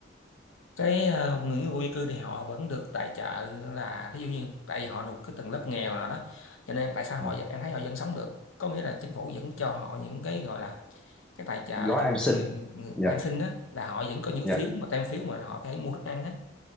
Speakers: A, on the left; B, in the centre.
A: cái ờ, người người vô gia cư thì họ vẫn được tài trợ là thí dụ như tại vì họ thuộc cái tầng lớp nghèo nào đó cho nên tại sao
B: dạ
A: họ em thấy họ vẫn sống được có nghĩa là chính phủ vẫn cho họ những cái gọi là cái tài trợ
B: gói
A: cho
B: an sinh
A: người, người
B: dạ
A: ăn xin á là họ vẫn có những
B: dạ
A: phiếu mà tem phiếu mà họ phải mua thức ăn á